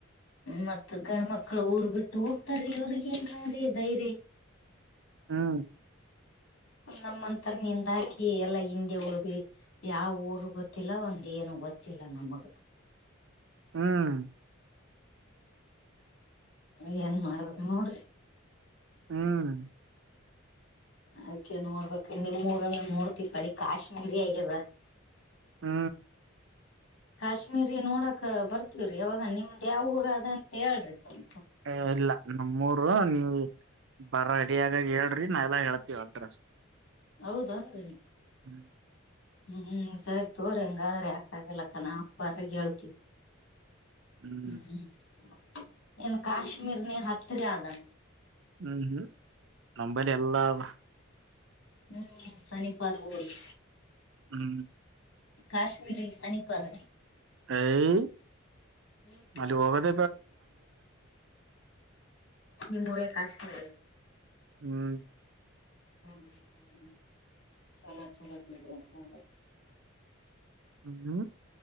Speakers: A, on the left; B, on the right.
A: ಮತ್ತ ಗಂಡ್ಮಕ್ಳ ಊರ್ ಬಿಟ್ಟು ಹೋಗ್ತಾರೆ ಅವ್ರಿಗೆ ಹೆಂಗ್ ನೋಡ್ರಿ ಧೈರ್ಯ.
B: ಹ್ಮ.
A: ನಮ್ಮಂತರ ನಿಂದ ಹಾಕಿ ಎಲ್ಲಾ ಹಿಂದೆ ಉಳಿದ್ವಿ ಯಾವ ಊರ್ ಗೊತ್ತಿಲ್ಲ ಒಂದ ಏನು ಗೊತ್ತಿಲ್ಲ ನಮಗ.
B: ಹ್ಮ್.
A: ಏನ್ ಮಾಡದು ನೋಡ್ರಿ.
B: ಹ್ಮ್.
A: ಅದ್ಕ್ಕೆ ನೋಡ್ಬೇಕ ನಿಮ್ಮೂಊರಲ್ಲ ನೋಡ್ತಿ ಕಡಿ ಕಾಶ್ಮೀರಿ ಆಗ್ಯದ.
B: ಹ್ಮ.
A: ಕಾಶ್ಮೀರಿ ನೋಡಕ ಬರ್ತವ್ರಿ ಯಾವಾಗ ನಿಮ್ದ್ ಯಾವ ಊರ ಅದ ಅಂತ ಹೇಳ್ರಿ ಸರ್.
B: ಏ ಇಲ್ಲಾ. ನಮ್ಮೂರು ನೀವು ಬರ ರೆಡಿಯಗಾಗ ಹೇಳ್ರಿ ನಾವ ಎಲ್ಲ ಹೇಳ್ತೀವ ಅಡ್ರೆಸ್.
A: ಹೌದನ್ರಿ.
B: ಹ್ಮ್.
A: ಹ್ಮ್ ಸರಿ ತೋರ ಹಂಗಾದ್ರೆ ಯಾಕಗಲಕ್ಕ ನಾವವು ಬರಗ ಹೇಳ್ತೀವಿ.
B: ಹ್ಮ್
A: ಹ್ಮ್ಮ. ಏನ್ ಕಾಶ್ಮೀರ್ನ ಹತ್ರ ಆದ.
B: ಹ್ಮ್ ಹ್ಮ್ ನಂಬಲ್ಲಿ ಎಲ್ಲಾ ಅದ.
A: ಹ್ಮ್ ಸನಿಪಾದ ಅದ ಬಿಡ ಅಲ್ಲಿ.
B: ಹ್ಮ್.
A: ಕಾಶ್ಮೀರಿ ಸನಿಪಾದ ರೀ.
B: ಹೂಂ
A: ಹ್ಮ್
B: ಅಲ್ಲಿ ಹೋಗದ <unintelligible>
A: ನಿಮ್ಮೂರ ಕಾಶ್ಮೀರ್.
B: ಹ್ಮ
A: <unintelligible>
B: ಹ್ಮ್